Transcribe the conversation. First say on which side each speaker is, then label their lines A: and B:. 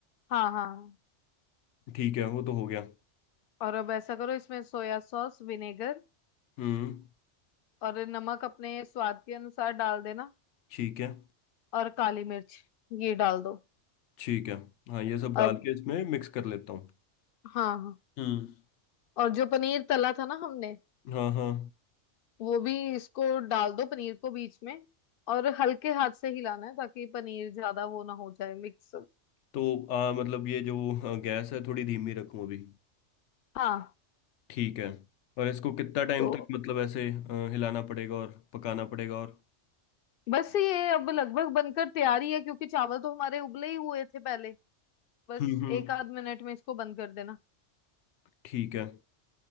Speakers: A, on the left; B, on the left.
A: हाँ हाँ
B: ठीक है वो तो हो गया
A: और अब ऐसा करो इसमें सोया सॉस विनेगर
B: हम्म
A: और नमक अपने स्वाद के अनुसार डाल देना
B: ठीक है
A: और काली मिर्च ये डाल दो
B: ठीक है हाँ ये सब डाल
A: अब
B: के इसमें मिक्स कर लेता हूँ
A: हाँ हाँ
B: हम्म
A: और जो पनीर तला था ना हमने
B: हाँ हाँ
A: वो भी इसको डाल दो पनीर को बीच में और हल्के हाथ से हिलाना है ताकि पनीर ज्यादा वो ना हो जाए मिक्स
B: तो आ, मतलब ये जो आ, गैस है थोड़ी धीमी रखूं अभी
A: हाँ
B: ठीक है और इसको कितना टाइम
A: तो
B: तक मतलब ऐसे आ, हिलाना पड़ेगा और पकाना पड़ेगा और
A: बस ये अब लगभग बनकर तैयारी है क्योंकि चावल तो हमारे उबले ही हुए थे पहले बस
B: हम्म हम्म
A: एक आध मिनट में इसको बंद कर देना
B: ठीक है